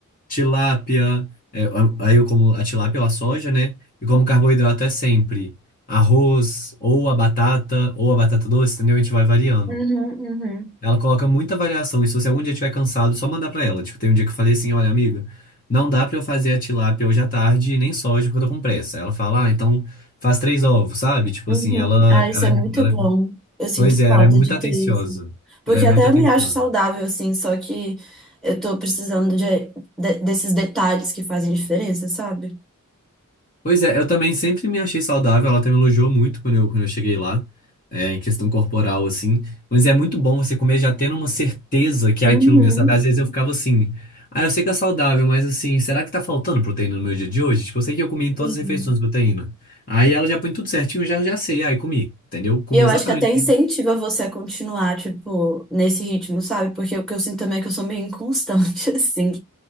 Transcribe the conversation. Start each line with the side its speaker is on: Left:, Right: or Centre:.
Left: tilápia, é, a- aí eu como a tilápia ou a soja, né? E como carboidrato é sempre arroz, ou a batata, ou a batata doce, entendeu? A gente vai variando.
Centre: Uhum, uhum,
Left: Ela coloca muita variação, e se você algum dia estiver cansado, só mandar pra ela. Tipo, tem um dia que eu falei assim, olha, amiga, não dá pra eu fazer a tilápia hoje à tarde, e nem soja, porque eu tô com pressa. Ela fala, ah, então faz três ovos, sabe? Tipo
Centre: uhum.
Left: assim, ela,
Centre: Ah, isso
Left: ela
Centre: é muito
Left: é, ela
Centre: bom.
Left: é-
Centre: Eu sinto
Left: pois é,
Centre: falta
Left: ela é muito
Centre: de
Left: atenciosa.
Centre: ter isso. Porque
Left: Ela é muito
Centre: até
Left: atenciosa.
Centre: eu me acho saudável, assim, só que eu tô precisando de, de- desses detalhes que fazem diferença, sabe?
Left: Pois é, eu também sempre me achei saudável, ela até me elogiou muito quando eu, quando eu cheguei lá, é, em questão corporal, assim. Mas é muito bom você comer já tendo uma certeza que
Centre: Uhum.
Left: é aquilo mesmo, sabe? Às vezes eu ficava assim, ah, eu sei que é saudável, mas assim, será que tá faltando proteína no meu dia de hoje? Tipo, eu sei que eu comi em todas
Centre: Sim.
Left: as refeições proteína. Aí ela já põe tudo certinho, já, já sei, aí comi, entendeu? Comi
Centre: E eu
Left: exatamente.
Centre: acho que até incentiva você a continuar, tipo, nesse ritmo, sabe? Porque o que eu sinto também é que eu sou meio inconstante, <laughs> assim.